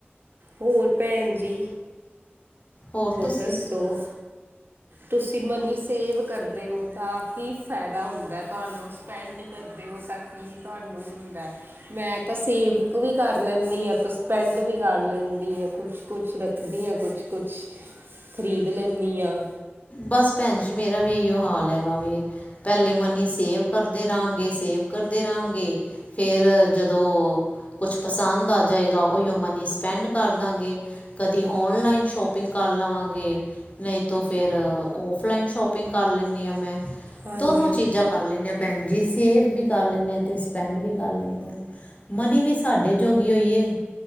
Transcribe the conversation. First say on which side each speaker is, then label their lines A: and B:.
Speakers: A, on the right (about 60°); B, on the left (about 35°).
A: ਹੋਰ ਭੈਣ ਜੀ।
B: ਹੋਰ ਤੁਸੀਂ
A: ਦੱਸੋ ਹੋਰ ਤੁਸੀਂ ਮਨੀ ਸੇਵ ਕਰਦੇ ਹੋ ਤਾਂ ਕੀ ਫਾਇਦਾ ਹੁੰਦਾ ਤੁਹਾਨੂੰ। ਸਪੈਂਡ ਕਰਦੇ ਹੋ ਤਾਂ ਕੀ ਤੁਹਾਨੂੰ ਹੁੰਦਾ ਮੈਂ ਤਾਂ ਸੇਵ ਵੀ ਕਰ ਲੈਂਦੀ ਹਾਂ, ਸਪੈਂਟ ਵੀ ਕਰ ਲੈਂਦੀ ਹਾਂ, ਕੁਛ ਕੁਛ ਰੱਖਦੀ ਹਾਂ, ਕੁਛ ਕੁਛ ਖ਼ਰੀਦ ਲੈਂਦੀ ਹਾਂ।
B: ਬਸ ਭੈਣ ਜੀ ਮੇਰਾ ਵੀ ਇਹੀਓ ਹਾਲ ਹੈਗਾ ਵੇ। ਪਹਿਲੇ ਮਨੀ ਸੇਵ ਕਰਦੇ ਰਹਾਂਗੇ, ਸੇਵ ਕਰਦੇ ਰਹਾਂਗੇ ਫੇਰ ਜਦੋਂ ਕੁਛ ਪਸੰਦ ਆ ਜਾਏਗਾ ਉਹੀਓ ਮਨੀ ਸਪੈਂਡ ਕਰ ਦਾਂਗੇ। ਕਦੀ ਔਨਲਾਈਨ ਸ਼ੋਪਿੰਗ ਕਰ ਲਵਾਂਗੇ। ਨਹੀਂ ਤੋਂ ਫੇਰ ਔਫਲਾਈਨ ਸ਼ੋਪਿੰਗ ਕਰ ਲੈਦੀ ਆ ਮੈਂ
A: ਹਾਂਜੀ
B: ਦੋਨੋ ਚੀਜ਼ਾਂ ਕਰ ਲੈਣੀ ਹਾਂ ਭੈਣ ਜੀ ਸੇਵ ਵੀ ਕਰ ਲੈਣੇ ਆਂ ਤੇ ਸਪੈਂਡ ਵੀ ਕਰ ਲੈਣੇ ਹਾਂ। ਮਨੀ ਵੀ ਸਾਡੇ ਜੋਗੀ ਹੋਈਏ।